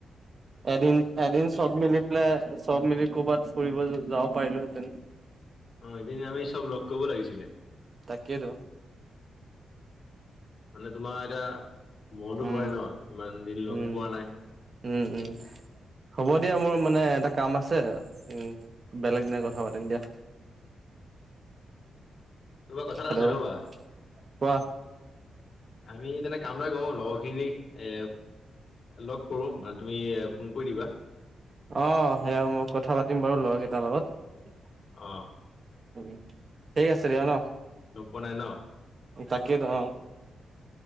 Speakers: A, on the right; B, on the left.
A: এদিন এদিন চব মিলি পেলাই চব মিলি ক'ৰবাত ফুৰিব যাব পাৰিলোহেঁতেন
B: অ এদিন আমি চব লগ কৰিব লাগিছিলে
A: তাকেটো
B: মানে তোমাৰ এতিয়া মনতো
A: উম
B: পই ন ইমান দিন
A: উম
B: লগ পোৱা নাই
A: উম উম হ'ব দিয়া মোৰ মানে এটা কাম আছে উ বেলেগ দিনা কথা পাতিম দিয়া
B: <unintelligible> তা কথা এটা
A: হেল্ল'
B: আছে ৰবা
A: কোৱা
B: আমি তেনেে কামৰে কৰো লগ খিনি এ লগ কৰো মানে তুমি ফোন কৰি দিবা
A: অ সেইয়া মই কথা পাতিম বাৰু লৰা কেইটাৰ লগত
B: আহঁ
A: উ ঠিক আছে দিয়া ন
B: লগ পোৱা নাই ন।
A: তাকেইতো অ